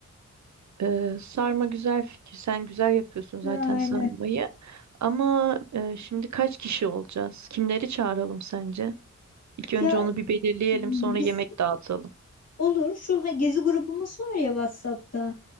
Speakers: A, on the right; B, on the left.
A: Ee, sarma güzel fikir. Sen güzel yapıyorsun zaten
B: Aynen.
A: sarmayı. Ama e, şimdi kaç kişi olacağız? Kimleri çağıralım sence? İlk önce
B: Ya
A: onu bir belirleyelim,
B: biz
A: sonra yemek dağıtalım.
B: olur şu ha- gezi grubumuz var ya WhatsApp'ta.